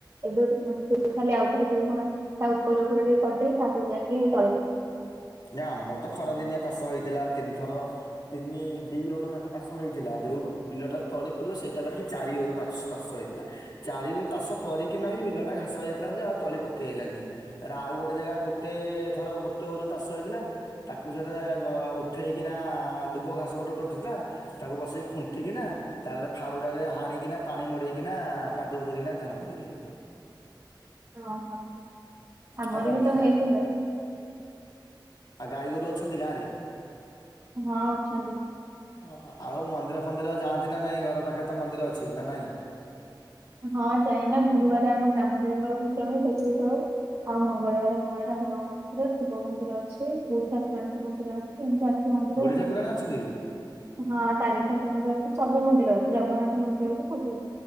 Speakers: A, on the right; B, on the left.
A: ଏବେ ମାନେ ଖାଲି ଆଉଥରେ ଯୋଉ କଣ ତା ଉପର ଉପରେ ଟିକେ କରି ଦେଇ କି ତାକୁ ଯାଇକି ତଳି ପକ-
B: ଆମ ତ ଖରାଦିନିଆ ଚାଷ ହେଇଥିଲା ତିନିଥର ତିନି ଦି ଓର ବେଖା ଚାଷ ହେଇଥିଲା ଯୋଉ। ବିଲଟା ତଳି ପଡିବ ସେଇଟା ବାକି ଚାରି ଓର ଚା-ଚାଷ ହେଇଥିଲା। ଚାରି ଓର ଚାଷ କରିକିନା ବି ବିଲଟା ଘାସ ହେଇଥିଲା ଯେ ଆଉ ତଳି ପକେଇ ହେଲାନି। ତାପରେ ଆଉ ଗୋଟେ ଜାଗା ଗୋଟେ ଥର ଗୋଟେ ଓର ଚାଷ ହେଇଥିଲା। ତାକୁ ସେଟା ରେ ଗ ଉଠେଇକିନା ଦୁବ ଘାସ ଗୋଟେ ଗୋଟେ ଉଠିଥିଲା। ତାକୁ ବସେଇ ଖୁଣ୍ଟିକିନା। ତାପରେ ଫାଉଡାରେ ହାଣିକିନା ପାଣି ମଡେଇକିନା କାଦୁଅ କରିକିନା ଧାନ ପକେଇକି ଆଇଲୁ।
A: ଓ ହୋ ଆମର
B: ଆଉ କଣ
A: ବି
B: କରିବା
A: ତ ହେଇଥିଲା।
B: ଆଉ ଗାଈଗୋରୁ ଅଛନ୍ତି ଗାଁରେ?
A: ହଁ ଅଛନ୍ତି।
B: ଓହୋ ଆଉ ମନ୍ଦିର ଫନ୍ଦିର ଯାଆନ୍ତି ନା ନାଇଁ ଘର ପାଖେ ତ ମନ୍ଦିର ଅଛି ନା ନାଇଁ?
A: ହଁ ଯାଏନା ଗୁରୁବାର ଆମ ଗ୍ରାମ ଦେବୀଙ୍କର ପୂଜା ହୁଏ ସେଠିକୁ ଯାଏ। ଆଉ ମଙ୍ଗଳବାରେ ମଙ୍ଗଳା ଠାକୁରଙ୍କ। <unintelligible> ଶିବ ମନ୍ଦିର ଅଛି ବୁଢ଼ି ଠାକୁରଣିଙ୍କ ମନ୍ଦିର ଅଛି ଏମିତି ଅଛି ମନ୍ଦିର
B: ବୁଢୀ
A: ଆଉ।
B: ଠାକୁରାଣୀ ଅଛନ୍ତି ବି
A: ହଁ ତାରିଣୀ ଠାକୁରଙ୍କର ଅଛି ସବୁ ମନ୍ଦିର ଅଛି ଜଗନ୍ନାଥ ମନ୍ଦିର ଅଛି ସବୁ।